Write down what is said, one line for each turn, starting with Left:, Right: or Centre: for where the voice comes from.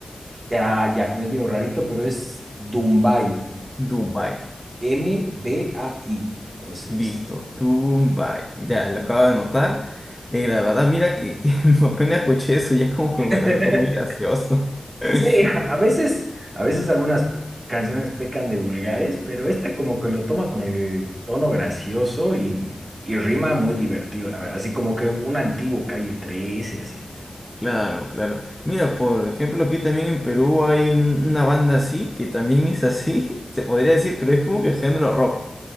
Right: Ya, ya, es medio rarito, pero es Dumbai,
Centre: Dubai.
Right: D-U-M-B-A-I, ese
Centre: Listo,
Right: es.
Centre: Dubai. Ya, lo acabo de anotar. Eh, la verdad, mira que, que <laughs> apenas escuché eso, ya como que
Right: <laughs>
Centre: me resultó muy gracioso. <laughs>
Right: Sí, a veces, a veces algunas canciones pecan de vulgares, pero esta como que lo toma con el tono gracioso y, y rima muy divertido, la verdad. Así como que un antiguo Calle trece, así.
Centre: Claro, claro. Mira, por ejemplo, aquí también en Perú hay un- una banda así, que también es así, <laughs> se podría decir, pero es como que género rock.